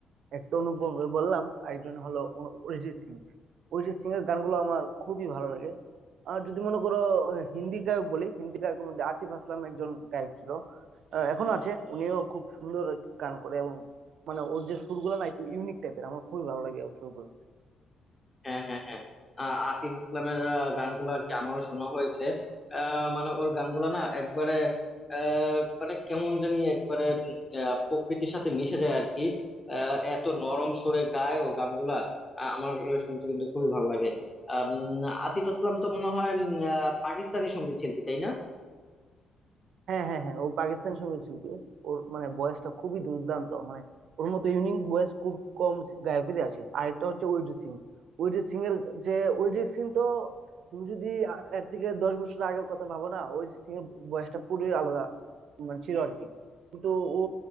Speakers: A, on the right; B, on the left.
A: একটা অনুপম রয় বললাম আরেকজন হলো অ- অরিজিৎ সিং অরিজিৎ সিং এর গানগুলো আমার খুবই ভালো লাগে আর যদি মনে করো আহ, হিন্দি গায়ক বলি হিন্দি গায়কের মধ্যে আতিফ আসলাম একজন গায়ক ছিল আহ, এখনো আছে উনিও খুব সুন্দর গান করে এবং মানে ওর যে সুরগুলো না একটু ইউনিক টাইপের আমার খুবই ভালো লাগে ওর সুরগুলো
B: হ্যাঁ হ্যাঁ হ্যাঁ আহ, আতিফ আসলামের আহ, গানগুলো আর কি আমারও শোনা হয়েছে আহ, মানে ওর গানগুলো না একবারে আহ, মানে কেমন জানি একবারে আহ, প্রকৃতির সাথে মিশে যায় আর কি আহ, এত নরম সুরে গায় ও গানগুলা আ- আমার শুনতে কিন্তু খুবই ভালো লাগে আম, আতিফ আসলাম তো মনে হয় উম, আহ, পাকিস্তানি সঙ্গীত শিল্পী তাই না
A: হ্যাঁ হ্যাঁ হ্যাঁ ও পাকিস্তানি সঙ্গীত শিল্পী ওর মানে ভয়েসটা খুবই দুর্দান্ত মানে ওর মতো ইউনিক ভয়েস খুব কম গায়কেরই আছে আরেকটা হচ্ছে অরিজিৎ সিং অরিজিৎ সিং এর যে অরিজিৎ সিং তো তুমি যদি আ- এর থেকে দশ বছর আগের কথা ভাবো না অরিজিৎ সিং এর ভয়েসটা পুরো আলাদা মানে ছিল আর কি কিন্তু ও